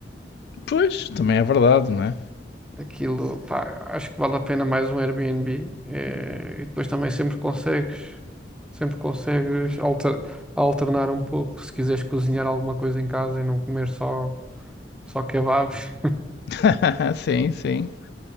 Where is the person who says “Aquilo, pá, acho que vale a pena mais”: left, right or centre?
Centre